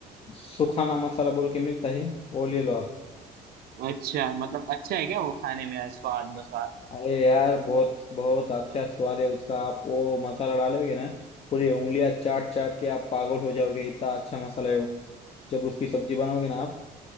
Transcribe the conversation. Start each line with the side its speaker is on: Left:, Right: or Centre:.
Left: सुखाना मसाला बोल के मिलता है वो ले लो आप
Right: अच्छा मतलब अच्छा है क्या वो खाने में स्वाद अनुसार
Left: अरे यार बहुत बहुत अच्छा स्वाद है उसका आप वो मसाला डालोगे ना पूरी उंगलियां चाट चाट के आप पागल हो जाओगे इतना अच्छा मसाला है वो जब उसकी सब्जी बनाओगे ना आप